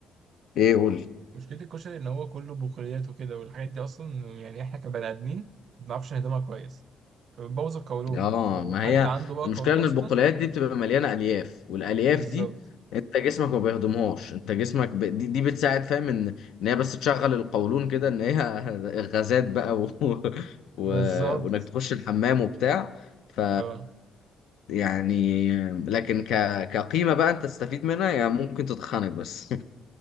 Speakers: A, on the left; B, on the right.
A: ايه قول
B: مشكله الكشري ان هو كله بقوليات وكده والحاجات دي اصلا يعني احنا كبني ادمين ما بنعرفش نهضمها كويس فبتبوظ القولون
A: اه
B: لو
A: ما
B: حد
A: هي
B: عنده بقى
A: المشكله
B: قولون
A: ان
B: اصلا
A: البقوليات دي بتبقى مليانه الياف والالياف
B: بالظبط
A: دي انت جسمك ما بيهضمهاش انت جسمك ب... دي, دي بتساعد فاهم ان ان هي بس تشغل القولون كده ان هي <laughs> غازات بقى و... و...
B: بالظبط
A: وانك تخش
B: بس-
A: الحمام وبتاع ف
B: اه
A: يعني لكن ك... كقيمه بقى انت تستفيد منها يعني ممكن تتخنق بس